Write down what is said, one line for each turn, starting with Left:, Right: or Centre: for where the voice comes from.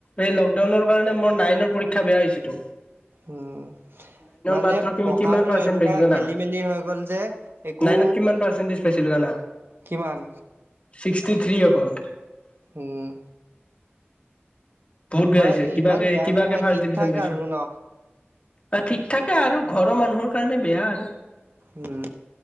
Left: এই লকডাউনৰ কাৰণে মোৰ নাইনৰ পৰীক্ষা বেয়া হৈছে তো।
Right: উম' মানে
Left: মাত্ৰ
Right: পঢ়াটো
Left: কিমান পাৰ্চেন্ট
Right: এনেকুৱা
Left: পাইছো জানা
Right: খেলি মেলি হৈ গল যে- একো
Left: নাইনত কিমান পাৰ্চেণ্টেজ পাইছিলো জানা?
Right: কিমান
Left: ছিক্সটি থ্ৰী অকল
Right: উম
Left: বহুত বেয়া
Right: মই
Left: হৈছে কিবাকে
Right: ইমান বেয়া
Left: কিবাকে
Right: নহয়
Left: ফাৰ্ষ্ট
Right: ঠিক
Left: ডিভিজন
Right: ঠাক
Left: পাইছো
Right: আৰু ন?
Left: অ ঠিক থাকে আৰু ঘৰৰ মানুহৰ কাৰণে বেয়া আৰু
Right: উম